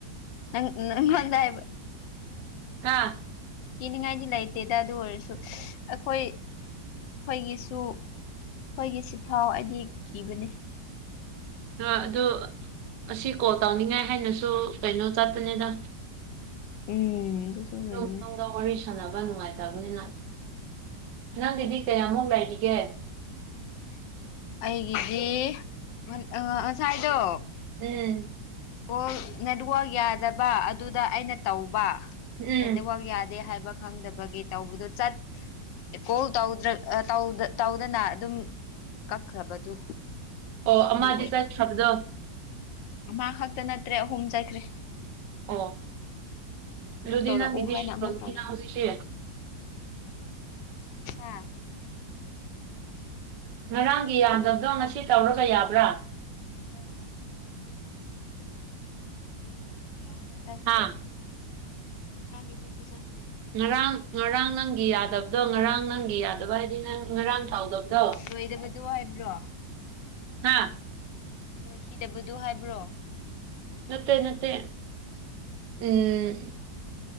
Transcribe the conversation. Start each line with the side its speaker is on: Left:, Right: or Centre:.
Left: ꯅꯪ ꯅꯪ ꯍꯥꯏꯕ
Right: ꯀꯥ
Left: ꯀꯤꯅꯤꯡꯉꯥꯏꯗꯤ ꯂꯩꯇꯦꯗ ꯑꯗꯨ ꯑꯣꯏꯔꯁꯨ ꯑꯈꯣꯏ ꯑꯈꯣꯏꯒꯤꯁꯨ ꯑꯈꯣꯏꯒꯤꯁꯤꯐꯥꯎ ꯑꯩꯗꯤ ꯀꯤꯕꯅꯦ
Right: ꯗꯣ ꯑꯗꯨ ꯑꯁꯤ ꯀꯣꯜ ꯇꯧꯅꯤꯡꯉꯥꯏ ꯍꯥꯏꯅꯁꯨ ꯀꯩꯅꯣ ꯆꯠꯄꯅꯤꯗ
Left: ꯎꯝ ꯑꯗꯨꯁꯨ ꯑꯣꯏꯔꯝꯅꯤ
Right: ꯖꯣꯛ ꯇꯧꯕ ꯋꯥꯔꯤ ꯁꯥꯟꯅꯕ ꯅꯨꯡꯉꯥꯏꯇꯕꯅꯤꯅ ꯅꯪꯒꯤꯗꯤ ꯀꯌꯥꯃꯨꯛ ꯂꯩꯔꯤꯒꯦ
Left: ꯑꯩꯒꯤꯗꯤ ꯉ ꯉꯁꯥꯏꯗꯣ
Right: ꯎꯝ
Left: ꯀꯣꯜ ꯅꯦꯠꯋ꯭ꯔꯛ ꯌꯥꯗꯕ ꯑꯗꯨꯗ ꯑꯩꯅ ꯇꯧꯕ
Right: ꯎꯝ
Left: ꯅꯦꯗꯋꯛ ꯌꯥ ꯗꯤ ꯍꯥꯏꯕ ꯈꯪꯗꯕꯒꯤ ꯇꯧꯕꯗꯨ ꯆꯠ ꯀꯣꯜ ꯇꯧꯗ꯭ꯔ ꯑ ꯇꯧꯗ ꯇꯧꯗꯅ ꯑꯗꯨꯝ ꯀꯛꯈ꯭ꯔꯕꯗꯨ
Right: ꯑꯣ ꯑꯃꯗꯤ
Left: ꯑꯗꯨ
Right: ꯆꯠꯈ꯭ꯔꯕꯗꯣ
Left: ꯃꯥ ꯍꯛ ꯇ ꯅꯠꯇ꯭ꯔꯦ ꯑꯍꯨꯝ ꯆꯠꯈ꯭ꯔꯦ
Right: ꯑꯣ
Left: ꯑꯃꯨꯛ
Right: ꯗꯨꯗꯤ
Left: ꯇꯧꯔꯛꯎ
Right: ꯅꯪꯒꯤꯗꯤ
Left: ꯍꯥꯏꯅ ꯑꯃꯨꯛ
Right: ꯇꯧꯗ꯭ꯔꯤꯅ
Left: ꯇꯧꯔꯛ
Right: ꯍꯧꯖꯤꯛꯁꯦ
Left: ꯑꯥ
Right: ꯉꯔꯥꯡꯒꯤ ꯌꯥꯝꯗꯞꯗꯣ ꯉꯁꯤ ꯇꯧꯔꯒ ꯌꯥꯕ꯭ꯔꯥ
Left: ꯑꯧ ꯌꯥꯏ ꯌꯥꯏ ꯌꯥꯔꯒ ꯆꯠꯁꯦ
Right: ꯍꯥ
Left: ꯉꯔꯥꯡꯒꯤ ꯉꯔꯥꯡꯒꯤꯗꯨꯁꯨ ꯆꯠ
Right: ꯉꯔꯥꯡ ꯉꯔꯥꯡ ꯅꯪꯒꯤ ꯌꯥꯗꯞꯗꯣ ꯉꯔꯥꯡ ꯅꯪꯒꯤ ꯌꯥꯗꯕ ꯍꯥꯏꯗꯤ ꯅꯪ ꯉꯔꯥꯡ ꯇꯧꯗꯕꯗꯣ
Left: ꯅꯣꯢꯗꯕꯠ ꯗꯨ ꯍꯥꯏꯕ꯭ꯔꯣ
Right: ꯍꯥꯥ
Left: ꯂꯣꯏꯈꯤꯗꯕꯗꯨ ꯍꯥꯏꯕ꯭ꯔꯣ
Right: ꯅꯠꯇꯦ ꯅꯠꯇꯦ ꯎꯝ